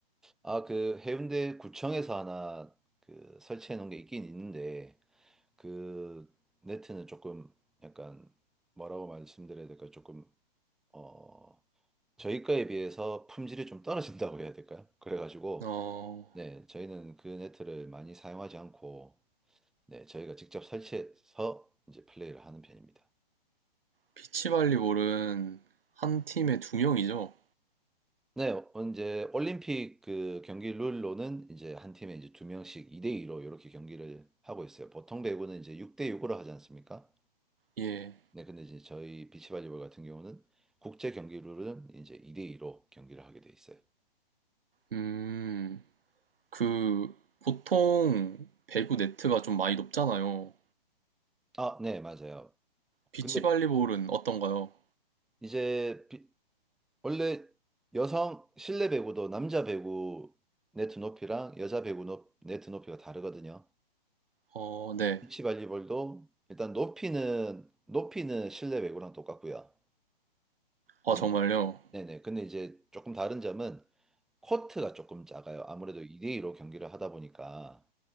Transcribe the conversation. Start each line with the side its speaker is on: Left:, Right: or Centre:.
Centre: 아, 그 해운대 구청에서 하나 그 설치해 놓은 게 있긴 있는데 그 네트는 조금 약간 뭐라고 말씀드려야 될까 조금 어 저희 거에 비해서 품질이 좀 떨어진다고 해야 될까요? 그래가지고
Right: 어,
Centre: 네, 저희는 그 네트를 많이 사용하지 않고, 네, 저희가 직접 설치해서 이제 플레이를 하는 편입니다.
Right: 비치발리볼은 한 팀에 두 명이죠?
Centre: 네, 어, 이제 올림픽 그 경기 룰로는 이제 한 팀에 이제 두 명씩 2대2로 이렇게 경기를 하고 있어요. 보통 배구는 이제 6대6으로 하지 않습니까?
Right: 예.
Centre: 네, 근데 이제 저희 비치발리볼 같은 경우는 국제 경기 룰은 이제 2대2로 경기를 하게 돼 있어요.
Right: 음, 그, 보통 배구 네트가 좀 많이 높잖아요.
Centre: 아, 네, 맞아요.
Right: 비치발리볼은
Centre: 근데
Right: 어떤가요?
Centre: 이제 원래 여성 실내 배구도 남자 배구 네트 높이랑 여자 배구 높, 네트 높이가 다르거든요.
Right: 어, 네.
Centre: 비치 발리볼도 일단 높이는 높이는 실내 배구랑 똑같고요.
Right: 아,
Centre: 근데-
Right: 정말요?
Centre: 네네. 근데 이제 조금 다른 점은 코트가 조금 작아요. 아무래도 2대2로 경기를 하다 보니까